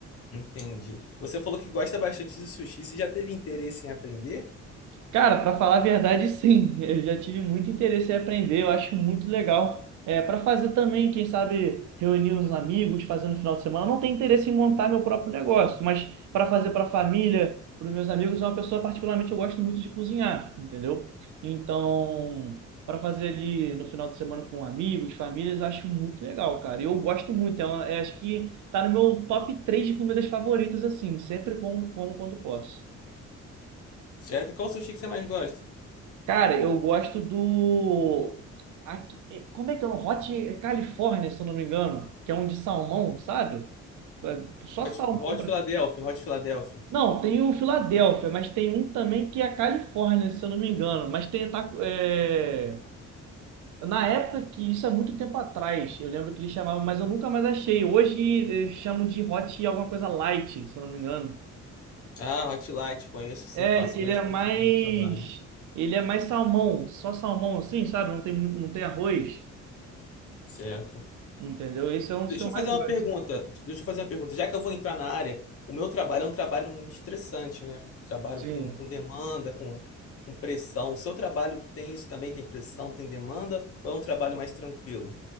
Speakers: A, on the left (about 50°); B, on the right (about 75°).
A: Entendi. Você falou que gosta bastante de sushi. Você já teve interesse em aprender?
B: Cara, para falar a verdade, sim, <laughs> eu já tive muito interesse em aprender, eu acho muito legal. É, para fazer também, quem sabe, reunir uns amigos, fazer no final de semana. Eu não tenho interesse em montar meu próprio negócio, mas para fazer para a família, para os meus amigos, é uma pessoa particularmente eu gosto muito de cozinhar, entendeu? Então, para fazer ali no final de semana com amigos, famílias, eu acho muito legal, cara. E eu gosto muito, é uma- é, acho que tá no meu top 3 de comidas favoritas, assim, sempre como, como quando posso.
A: Certo? E qual sushi que você mais gosta?
B: Cara, eu gosto do. aqui- eh, Como é que é o nome? Hot California, se eu não me engano, que é um de salmão, sabe? É Só
A: Hot,
B: salmão.
A: Hot
B: pra-
A: Philadelphia, Hot Philadelphia.
B: Não, tem o Filadélfia, mas tem um também que é a Califórnia, se eu não me engano. Mas tem. Tá, é, Na época que isso é muito tempo atrás, eu lembro que eles chamavam, mas eu nunca mais achei. Hoje eles chamam de hot alguma coisa light, se eu não me engano.
A: Ah, Hot Light, conheço sim,
B: É,
A: faço
B: que
A: bastante
B: ele é mais.
A: aqui no trabalho.
B: Ele é mais salmão, só salmão assim, sabe? Não tem, mu- não tem arroz.
A: Certo.
B: Entendeu? Esse é um dos
A: Deixa
B: que eu
A: eu
B: mais
A: fazer uma
B: gosto.
A: pergunta. Deixa eu fazer uma pergunta. Já que eu vou entrar na área, o meu trabalho é um trabalho muito estressante, né? Trabalho
B: Sim.
A: com, com demanda, com, com pressão. O seu trabalho tem isso também? Tem pressão, tem demanda? Ou é um trabalho mais tranquilo?